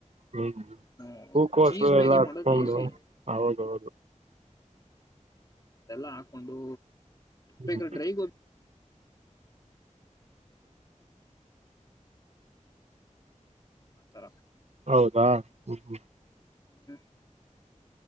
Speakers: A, on the right; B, on the left.
A: ಹ್ಮ್
B: ಹ್ಮ
A: ಹೂಕೋಸು
B: ಚೀಸ್ ಮ್ಯಾಗಿ
A: ಎಲ್ಲ ಹತ್ಕೊಂಡು
B: ಮಾಡೋದು ಈಸಿ
A: ಹೌದೌದು.
B: ಅದೆಲ್ಲಾ ಹಾ ಒಂದು ಬೇಕದ್ರ
A: ಹ್ಮ್
B: ಡ್ರೈ ಗೋಬ್ ಆತರ.
A: ಹೌದಾ ಹ್ಮ ಹ್ಮ್.
B: ಹ್ಮ್